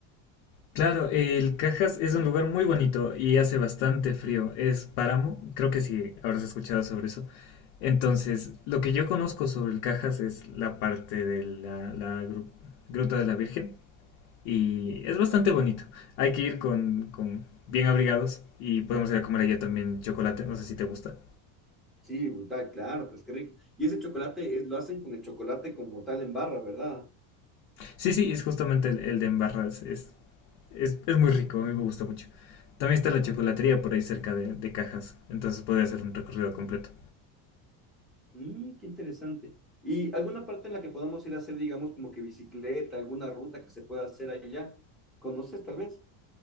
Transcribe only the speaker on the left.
Claro, el Cajas es un lugar muy bonito y hace bastante frío. Es páramo, creo que sí, habrás escuchado sobre eso. Entonces, lo que yo conozco sobre el Cajas es la parte de la, la gru- Gruta de la Virgen y
es bastante bonito. Hay que ir con, con bien abrigados y podemos ir a comer allá también chocolate, no sé si te gusta.
Sí, sí, es justamente el, el de Embarras, es, es, es muy rico, a mí me gusta mucho. También está la chocolatería por ahí cerca de, de Cajas, entonces podría hacer un recorrido completo.